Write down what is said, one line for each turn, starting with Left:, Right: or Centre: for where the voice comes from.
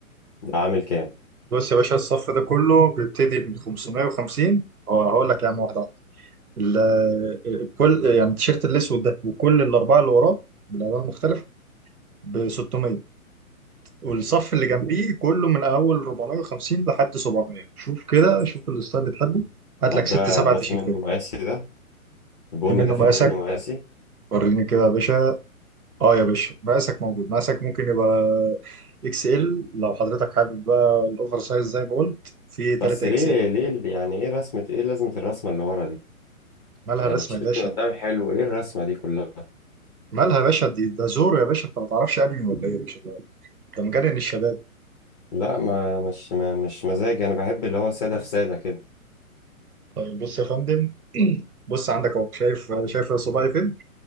Left: ده عامل كام
Right: بص يا باشا الصف ده كله بيبتدي من 550 هو هقول لك يا عم واحده واحده ال- كل يعني التيشيرت الاسود ده وكل الاربعه اللي وراه بالالوان المختلفه ب 600 والصف اللي جنبيه كله من اول 450 لحد 700 شوف كده شوف الستايل اللي تحبه هات
Left: طب
Right: لك ست
Left: ده
Right: سبع
Left: ده
Right: تيشيرتات
Left: في منه مقاسي ده البني
Right: في منه
Left: ده في
Right: مقاسك
Left: منه مقاسي
Right: وريني كده يا باشا اه يا باشا مقاسك موجود مقاسك ممكن يبقى اكس ال لو حضرتك حابب بقى الاوفر سايز زي ما قلت في 3
Left: بس ليه
Right: اكس ال
Left: ليه ال- يعني ايه رسمة ايه لازمة الرسمة اللي ورا دي
Right: مالها
Left: يعني
Right: الرسمه
Left: التيشيرت
Right: يا باشا
Left: من قدام حلو ايه الرسمة دي كلها
Right: مالها يا باشا دي ده زورو يا باشا انت ما تعرفش انمي ولا ايه يا باشا ده ده مجنن الشباب
Left: لا ما مش ما مش مزاج انا بحب اللي هو ساده في ساده كده
Right: طيب بص يا فندم <clears throat> بص عندك اهو شايف شايف صباعي فين